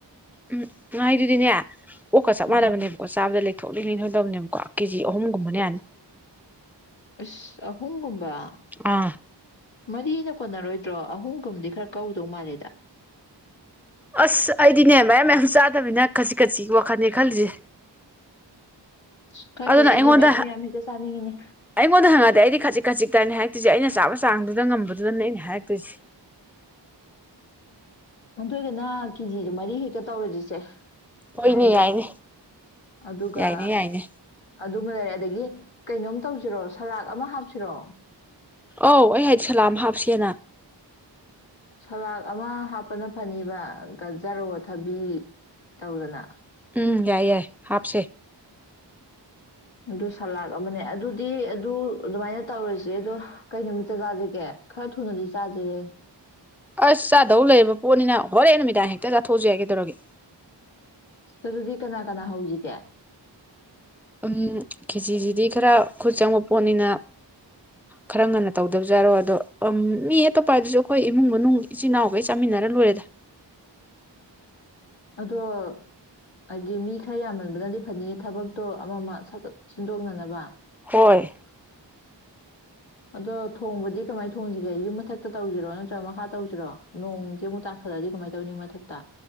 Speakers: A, in the centre; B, on the left (about 85°).
A: ꯎꯝ ꯉꯩꯗꯨꯗꯤꯅꯦ ꯑꯣꯀ ꯁ
B: ꯎꯝ
A: ꯃꯥꯅꯅꯦꯣ ꯁꯥꯕ ꯂꯩ ꯊꯣꯛꯂꯤꯅꯤ ꯊꯣꯏꯗꯕꯅꯦꯕꯀꯣ ꯀꯦꯖꯤ ꯑꯍꯨꯝꯒꯨꯝꯕꯅꯦ ꯍꯥꯏꯅ
B: ꯑꯁ ꯑꯍꯨꯝ ꯀꯕ
A: ꯑꯥ
B: ꯃꯔꯤꯅ ꯀꯣꯟꯅꯔꯣꯏꯗ꯭ꯔꯣ ꯑꯍꯨꯝꯒꯨꯝꯗꯤ ꯈꯔ ꯀꯧꯗꯧ ꯃꯥꯜꯂꯦꯗ
A: ꯑꯁ ꯑꯩꯗꯤꯅꯦ ꯃꯌꯥꯝ ꯃꯌꯥꯝꯁꯨ ꯆꯥꯗꯕꯅꯤꯅ ꯈꯖꯤꯛ ꯈꯖꯤꯛ ꯋꯥꯈꯜꯅꯦ ꯈꯜꯂꯤꯁꯦ
B: ꯑꯁ ꯈꯪꯗꯦꯅꯦ
A: ꯑꯗꯨꯅ
B: ꯑꯩꯗꯤ
A: ꯑꯩꯉꯣꯟꯗ
B: ꯃꯌꯥꯝ ꯃꯌꯥꯝ
A: ꯑꯩꯉꯣꯟꯗ
B: ꯍꯦꯛꯇ ꯆꯥꯅꯤꯡꯉꯤꯅꯦ
A: ꯍꯪꯉꯗꯦ ꯑꯩꯗꯤ ꯈꯥꯖꯤꯤꯛ ꯈꯥꯖꯤꯤꯛꯇꯥꯏꯅꯤ ꯍꯥꯏ ꯑꯗꯨꯁꯦ ꯑꯩꯅ ꯆꯥꯕ ꯆꯥꯡꯗꯨꯗ ꯉꯝꯕꯗꯨꯗꯅꯦ ꯑꯩꯅ ꯍꯥꯏꯔꯛꯇꯣꯏꯁꯦ
B: ꯌꯥꯝꯊꯣꯏꯗꯅ ꯀꯦꯖꯤꯗ ꯃꯔꯤ ꯍꯦꯛꯇ ꯇꯧꯔꯁꯤꯁꯦ
A: ꯍꯣꯏꯅꯦ
B: ꯑꯗꯣ
A: ꯌꯥꯏꯅꯦ
B: ꯑꯗꯨꯒꯒ
A: ꯌꯥꯏꯅꯦ ꯌꯥꯏꯅꯦ
B: ꯑꯗꯨ ꯂꯩꯔꯦ ꯑꯗꯒꯤ ꯀꯩꯅꯣꯝ ꯇꯧꯁꯤꯔꯣ ꯁꯂꯥꯗ ꯑꯃ ꯍꯥꯞꯁꯤꯔꯣ
A: ꯑꯧ ꯑꯩ ꯍꯥꯏꯗꯤ ꯁꯂꯥꯝ ꯍꯥꯞꯁꯦꯅ
B: ꯁꯂꯥꯗ ꯑꯃ ꯍꯥꯞꯄꯅ ꯐꯅꯤꯕ ꯒꯖꯔꯣ ꯊꯕꯤ ꯇꯧꯗꯅ
A: ꯎꯝ ꯌꯥꯏ ꯌꯥꯏ ꯍꯥꯁꯦ
B: ꯑꯗꯨ ꯁꯂꯥꯗ ꯑꯃꯅꯦ ꯑꯗꯨꯗꯤ ꯑꯗꯨ ꯑꯗꯨꯃꯥꯏꯅ ꯇꯧꯔꯁꯦ ꯑꯗꯣ ꯀꯩ ꯅꯨꯃꯤꯠꯇ ꯆꯥꯁꯤꯒꯦ ꯈꯔ ꯊꯨꯅꯗꯤ ꯆꯥꯖꯩꯌꯦꯦ
A: ꯑꯁ ꯆꯥꯗꯧ ꯂꯩꯔꯕ ꯄꯣꯠꯅꯤꯅ ꯍꯣꯔꯦꯟ ꯅꯨꯃꯤꯗꯥꯡ ꯍꯦꯛꯇ ꯆꯥꯊꯣꯛꯁꯨ ꯌꯥꯏ ꯀꯩꯗꯧꯔꯒꯦ
B: ꯑꯗꯨꯗꯤ ꯀꯅꯥ ꯀꯅꯥ ꯍꯧꯁꯤꯒꯦ
A: ꯎꯝ ꯀꯦꯖꯤꯁꯤꯗꯤ ꯈꯔ ꯈꯨꯠ ꯆꯪꯕ ꯄꯣꯠꯅꯤꯅ ꯈꯔ ꯉꯟꯅ ꯇꯧꯗꯕꯖ ꯌꯥꯔꯣ ꯑꯗꯣ ꯃꯤ ꯑꯇꯣꯞꯄ ꯍꯥꯏꯗꯨꯁꯨ ꯑꯩꯈꯣꯏ ꯏꯃꯨꯡ ꯃꯅꯨꯡ ꯏꯆꯤꯜ ꯏꯅꯥꯎꯈꯩ ꯆꯥꯃꯤꯟꯅꯔ ꯂꯣꯏꯔꯗꯤ
B: ꯑꯗꯣ ꯍꯥꯏꯗꯤ ꯃꯤ ꯈꯔ ꯌꯥꯝꯃꯟꯕꯅꯗꯤ ꯐꯅꯤꯌꯦ ꯊꯕꯛꯇꯣ ꯑꯃ ꯑꯃ ꯁꯤꯟꯗꯣꯛꯅꯅꯕ
A: ꯍꯣꯏ
B: ꯑꯗꯣ ꯊꯣꯡꯕꯗꯤ ꯀꯃꯥꯏꯅ ꯊꯣꯡꯁꯤꯒꯦ ꯌꯨꯝ ꯃꯊꯛꯇ ꯇꯧꯁꯤꯔꯣ ꯅꯠꯇ꯭ꯔꯒ ꯃꯈꯥ ꯇꯧꯁꯤꯔꯣ ꯅꯣꯡꯁꯦ ꯑꯃꯨꯛ ꯇꯥꯊꯂꯛꯑꯗꯤ ꯀꯃꯥꯏꯅ ꯇꯧꯅꯤ ꯃꯊꯛꯇ